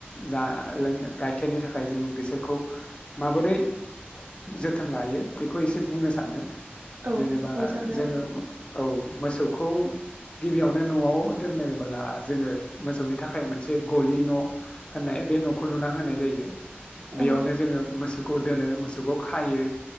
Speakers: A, on the left (about 25°); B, on the right (about 60°).
A: जा लोङो गाइखेरनि थाखाय जों बिसोरखौ। माबोरै जोथोन लायो बेखौ एसे बुंनो सानदों।
B: औ
A: जेनेबा
B: बुंजागोन
A: जोङो मो औ मोसौ। खौ गिबियावनो न'आव दोननायबोला जोङो मोसौनि थाखाय मोनसे गलि न'। होननाय बे न'खौ लुना होनाय जायो बेयावनो
B: औ
A: जोङो मो। मोसौखौ दोनो मोसौखौ खायो